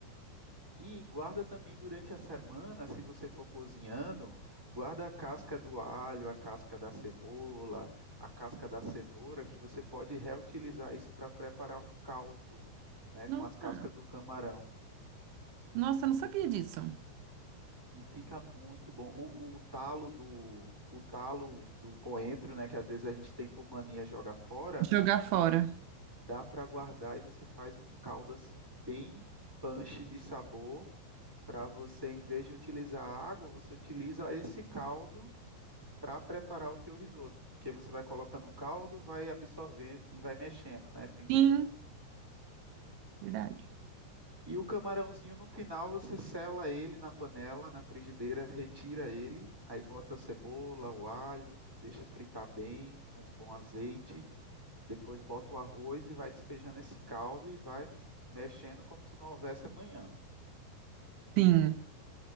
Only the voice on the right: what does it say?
Nossa.
Nossa, eu não sabia disso.
Jogar fora.
Sim, verdade.
Sim.